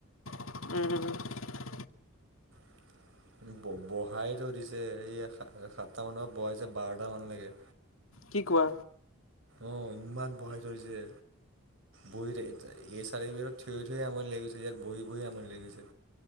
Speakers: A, on the left (about 75°); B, on the right (about 65°).
A: উম।
B: <inaudible> ব- বহাই থৈ দিছে। এই সা সাতটা মানৰ পৰা বহাইছে বাৰটা মানলৈকে-
A: কি কোৱা?
B: অ', ইমান বহাই থৈ দিছে। বহি থাক থা এই চাৰি <unintelligible> থিয়ৈ থিয়ৈ আমনি লাগি গৈছে, ইয়াত বহি বহি আমনি লাগি গৈছে।